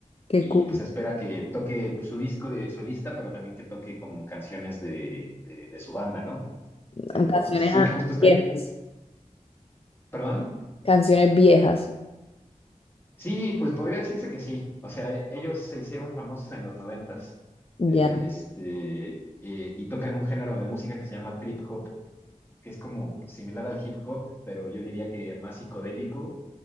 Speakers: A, on the left; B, on the left.
A: Qué
B: Y
A: cool.
B: pues espera que toque pues, su disco de solista, pero también que toque como canciones de, de- de su banda, ¿no? Eh,
A: Canciones
B: entonces sí, justo estoy,
A: viejas.
B: perdón.
A: Canciones viejas.
B: Sí, pues podría decirse que sí. O sea, e- ellos se hicieron famosos en los noventas.
A: Ya.
B: Este, eh, y tocan un género de música que se llama trip hop, que es como similar al hip hop, pero yo diría que más psicodélico